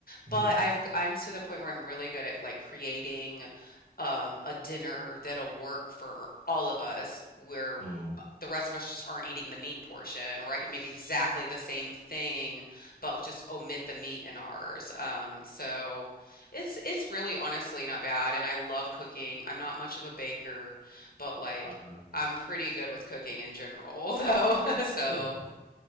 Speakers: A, on the right; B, on the left.
A: Yeah.
B: But I've I'm to the point where I'm really good at like creating um a dinner that'll work for all of us where
A: Mm,
B: uh, the rest of us just aren't eating the meat portion, or I can make exactly the same thing but just omit the meat in ours. Um, so it's it's really honestly not bad, and I love cooking. I'm not much of a baker, but like
A: uh,
B: I'm pretty good with cooking in general, <laughs> though. <laughs> So
A: <laughs>